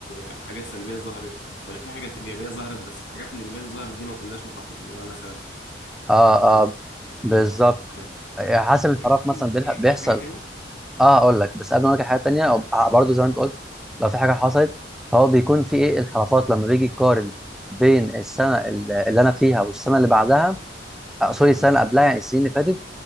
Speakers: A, on the left; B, in the centre.
A: حاجات سلبية ظهرت ولا في حاجات إيجابية ظهرت بس الحاجات الإيجابية اللي ظهرت دي ما كناش مخططين لها مثلا
B: اه
A: ف... فدي
B: اه
A: المعايير اللي
B: بالظبط
A: بياخدوها في الحسبان يعني
B: آه، حسب الانحراف
A: طيب في
B: مثلا بيلح-
A: في
B: بيحصل
A: في حاجة تاني؟
B: اه اقول لك بس قبل ما اقول لك حاجه تانيه أو- برضه زي ما انت
A: اه
B: قلت لو في حاجه حصلت فهو بيكون في ايه انحرافات لما بيجي يقارن بين السنه ال- اللي انا فيها والسنه اللي بعدها آه، سوري السنه
A: اه
B: اللي قبلها يعني السنين اللي فاتت